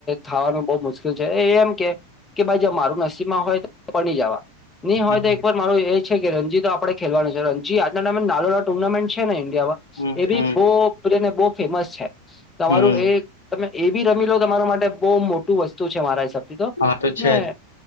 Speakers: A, on the left; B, on the left.
A: થાવાનું બહ મુશ્કેલ છે એમ કે કે ભાઈ જ મારું નસીબમાં હોય તો પ જવા નહી હોય
B: હમ
A: તો એક વાર મારું એ છે કે રણજી તો આપણે ખેલવાનું છે રણજી આજના ટાઈમે નાલો ના ટુર્નામેન્ટ છે ઇન્ડિયામાં
B: હમ
A: એ બી
B: હમ
A: બહને બહ ફેમસ છે તમારું
B: હમ
A: એ તમે એ બી રમી લો તમારા માટે બહુ મોટું વસ્તુ છે મારા હિસાબથી તો
B: હા છે
A: ને
B: જ